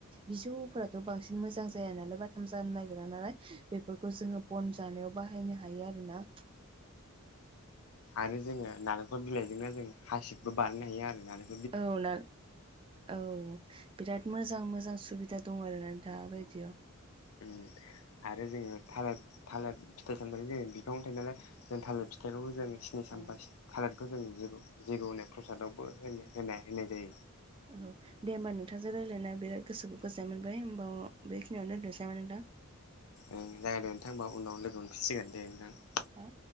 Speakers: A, on the right (about 25°); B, on the left (about 80°).
A: बिजौफोराथ' बांसिन मोजां जाया नालाय बाथाम जानो नागिरा नालाय बेफोरखौ जोङो बन जानायाव बाहायनो हायो आरोना।
B: आरो जोङो नालेंखल बिलाइजोंनो जों हासिबबो बारनो हायो आरो ना नों
A: औ ना औ बिराद मोजां मोजां सुबिदा दं आरोना दा बायदियाव।
B: उम आरो जोङो थालेद थालेद फिथाइ सामथायखो जोङो बिफांआवनो थायो नालाय जों थालेद फि फिथाइखौबो जों सिनि सामफा
A: औ
B: थालेदखौ जों जैग' जैग' होननाय प्रसादावबो होनो। होनाय होनाय जायो।
A: औ दे होमबा नोंथांजों रायलायना बिराद गोसोखौ गोजोन मोनबाय होमबा बेखिनियावनो दोनथ'नसै नामा नोंथां।
B: ओं जायो दे नोंथां होमबा उनाव लोगो मोनफिन सिगोन दे नोंथां।
A: हा